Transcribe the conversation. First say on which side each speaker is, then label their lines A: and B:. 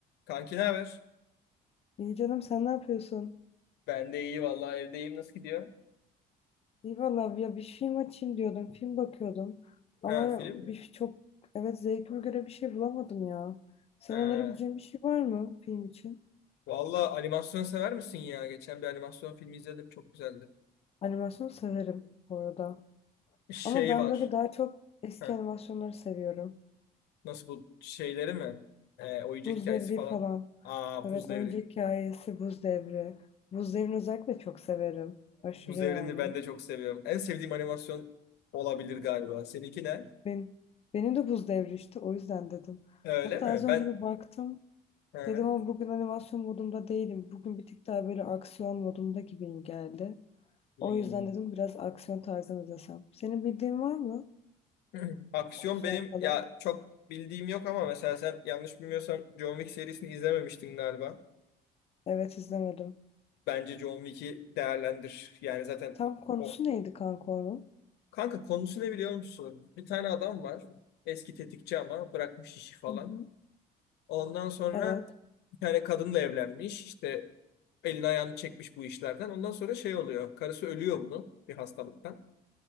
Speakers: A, on the left; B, on the left.
A: Kanki ne haber?
B: İyi canım sen ne yapıyorsun?
A: Ben de iyi vallahi evdeyim. Nasıl gidiyor?
B: İyi valla ya bir film açayım diyordum. Film bakıyordum. Ama
A: Ha film
B: bir
A: mi?
B: çok evet zevkime göre bir şey bulamadım ya. Senin
A: Ha.
B: önerebileceğin bir şey var mı film için?
A: Vallahi animasyon sever misin ya? Geçen bir animasyon filmi izledim. Çok güzeldi.
B: Animasyon severim bu arada.
A: Şey
B: Ama ben
A: var.
B: böyle daha çok eski
A: Ha,
B: animasyonları seviyorum.
A: nasıl bu şeyleri mi? Ee, oyuncak
B: Buz
A: hikayesi
B: Devri
A: falan.
B: falan.
A: Aa
B: Evet
A: Buz Devri.
B: oyuncak hikayesi Buz Devri. Buz Devri'ni özellikle çok severim. Aşırı
A: Buz
B: yani.
A: Devri'ni ben de çok seviyorum. En sevdiğim animasyon olabilir galiba. Seninki ne?
B: Ben, benim de Buz Devri işte o yüzden dedim.
A: Öyle
B: Hatta
A: mi?
B: az önce
A: Ben
B: bir baktım.
A: ha.
B: Dedim ama bugün animasyon modumda değilim. Bugün bir tık daha böyle aksiyon modumda gibiyim geldi.
A: Hmm.
B: O yüzden dedim biraz aksiyon tarzını izlesem. Senin bildiğin var mı?
A: <clears throat> Aksiyon
B: Aksiyon
A: benim
B: falan.
A: ya çok bildiğim yok ama mesela sen yanlış bilmiyorsam John Wick serisini izlememiştin galiba.
B: Evet izlemedim.
A: Bence John Wick'i değerlendir. Yani zaten
B: Tam konusu
A: o
B: neydi kanka onun?
A: kanka konusu ne biliyor musun? Bir tane adam var. Eski tetikçi ama bırakmış işi falan.
B: Hı hı.
A: Ondan sonra
B: Evet.
A: bir tane kadınla evlenmiş. İşte elini ayağını çekmiş bu işlerden. Ondan sonra şey oluyor. Karısı ölüyor bunu bir hastalıktan.